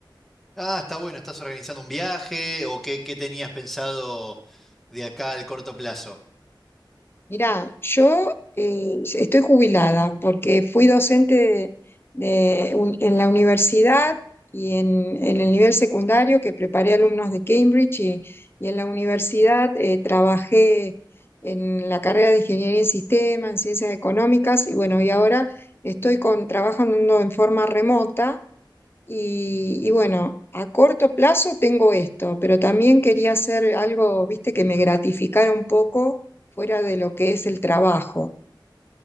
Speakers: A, in the centre; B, on the left.
A: Ah, está bueno, ¿estás organizando un viaje o qué, qué tenías pensado de acá al corto plazo?
B: Mirá, yo eh, estoy jubilada porque fui docente de- de un- en la universidad y en, en el nivel secundario que preparé alumnos de Cambridge y, y en la universidad eh, trabajé en la carrera de Ingeniería en Sistemas, en Ciencias Económicas y bueno, y ahora estoy con, trabajando en forma remota y, y bueno, a corto plazo tengo esto, pero también quería hacer algo, viste, que me gratificara un poco fuera de lo que es el trabajo.